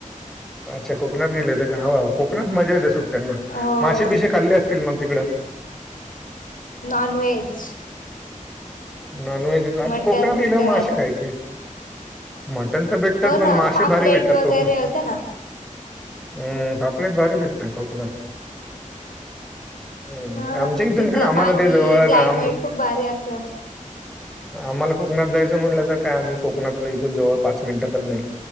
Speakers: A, in the centre; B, on the left (about 85°).
A: अच्छा कोकणात गेले तर का ह कोकात मजा येते सुटड त्यांना
B: हो
A: मासे बिसेे खाल्ले असतील मग तिकडं
B: नॉनव्हेज
A: नॉनव्हेज आता
B: मटन
A: कोकणात
B: बिटन
A: गेल्यावर मासे खायचे. त्यांच भेटतच
B: हो
A: पण
B: ना
A: मासे
B: पापलेट
A: भारी भेटतात
B: वगैरे
A: तोप ना
B: होते
A: हम्म पापलेट भारी भेटते कोकोनट हम्
B: हा
A: आमच्या इथून
B: तिथलं
A: का आम्हाला
B: पाणी
A: ते जवळ
B: क्लायमेट
A: आम
B: खूप भारी असतं
A: आम्हाला कोकणात जायचं म्हणलं तर काय आम्ही कोकणातला इथून जवळ पाच मिनिटं पण नाही